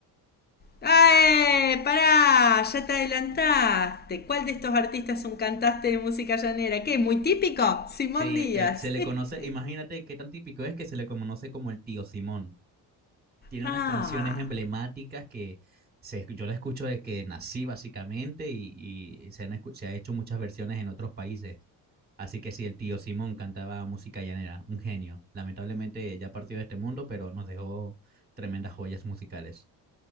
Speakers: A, on the left; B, on the right.
A: ¡ay, ¡Pará! Ya te adelantaste. ¿Cuál de estos artistas es un cantante de música llanera? ¿Qué? ¿Muy típico? Simón
B: Sí,
A: Díaz.
B: él- se le
A: <laughs>
B: conoce, imagínate qué tan típico es que se le conoce como el tío Simón. Tiene
A: Ah.
B: unas canciones emblemáticas que se, escu- yo la escucho desde que nací básicamente y, y se han escu- se ha hecho muchas versiones en otros países. Así que sí, el tío Simón cantaba música llanera, un genio. Lamentablemente ya partió de este mundo, pero nos dejó tremendas joyas musicales.